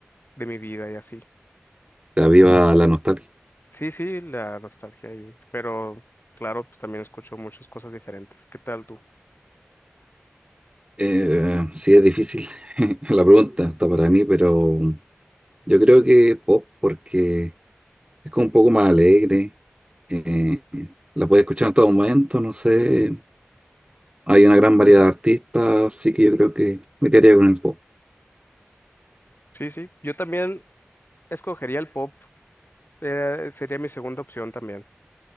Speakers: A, on the left (about 55°); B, on the right (about 25°).
A: de mi vida y así.
B: La viva la nostalgia.
A: Sí, sí, la nostalgia ahí, pero claro, pues también escucho muchas cosas diferentes. ¿Qué tal tú?
B: Eh, sí, es difícil <laughs> la pregunta hasta para mí, pero yo creo que pop porque es como un poco más alegre, eh, la puedes escuchar en todo momento, no sé, hay una gran variedad de artistas, así que yo creo que me quedaría con el pop.
A: Sí, sí, yo también escogería el pop, eh, sería mi segunda opción también.